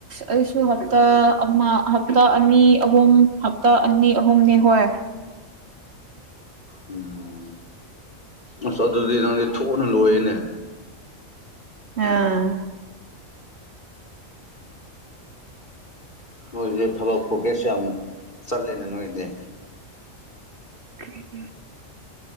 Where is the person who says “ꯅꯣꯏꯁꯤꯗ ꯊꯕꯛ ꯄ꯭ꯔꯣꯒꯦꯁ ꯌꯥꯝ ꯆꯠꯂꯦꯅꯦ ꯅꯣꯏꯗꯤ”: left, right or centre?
Left